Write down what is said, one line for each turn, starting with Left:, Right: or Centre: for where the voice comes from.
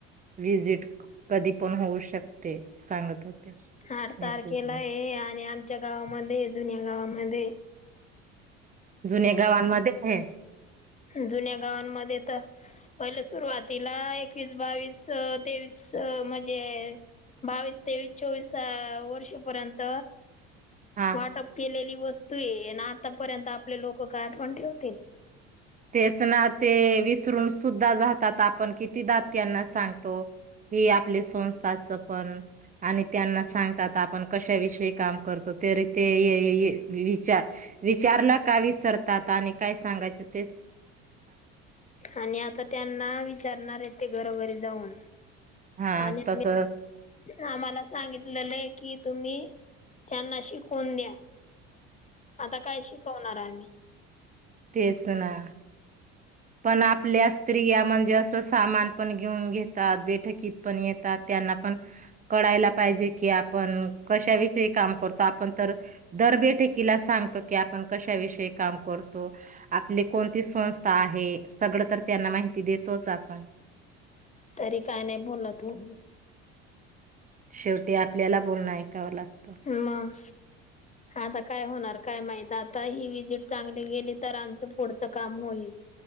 Right: विजिट कधी पण होऊ शकते सांगत
Left: आठ
Right: मेसेज
Left: तारखेलाय
Right: मध्ये
Left: आणि आमच्या गावामध्ये जुन्या गावामध्ये
Right: जुन्या गावांमध्ये हे
Left: जुन्या गावांमध्ये तर पहिलं सुरुवातीला एकवीस बावीस तेवीस म्हणजे बावीस तेवीस चोवीस वर्षेपर्यंत
Right: हा
Left: वाटप केलेली वस्तूय न आतापर्यंत आपले लोक काय आठवण ठेवतील
Right: तेच ना ते विसरून सुद्धा जातात आपण किती दात त्यांना सांगतो हे आपली संस्थाच पण आणि त्यांना सांगतात आपण कशाविषयी काम करतो तरी ते विचार विचारलं का विसरतात आणि काय सांगायच ते
Left: आणि आता त्यांना विचारणार येते घरोघरीच जाऊन
Right: हा
Left: आणि
Right: तस
Left: आम् आम्हाला सांगितलेलं कि तुम्ही त्यांना शिकवून द्या आता काय शिकवणार आहे आम्ही
Right: तेच ना पण आपल्या स्त्रिया म्हणजे अस सामान पण घेऊन घेतात बैठकीत पण येतात त्यांना पण कळायला पाहिजे की आपण कशाविषयी काम करतो आपण तर दर बेठेकीला सांगतो की आपण कशाविषयी काम करतो आपली कोणती संस्था आहे सगळं तर त्यांना माहिती देतोच आपण
Left: तरी काय नाही बोलतेय
Right: शेवटी आपल्याला बोलण आहे कावा लागतो
Left: मग आता काय होणार काय माहित आता ही विजिट चांगली गेली तर आमचं पुढचं काम होईल